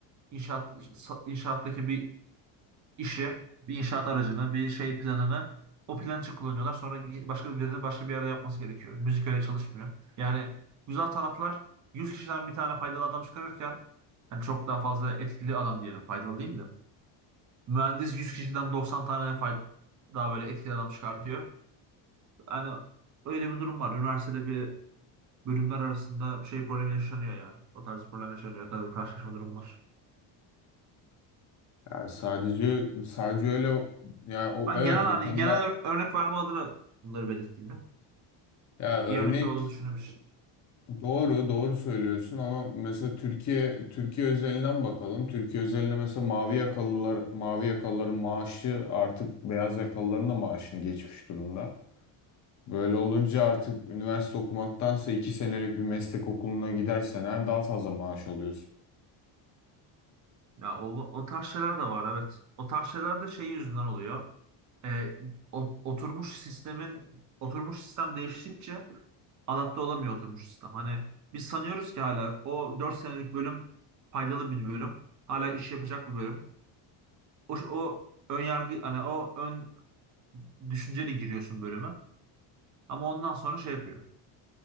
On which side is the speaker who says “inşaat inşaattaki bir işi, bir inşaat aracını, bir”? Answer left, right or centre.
Right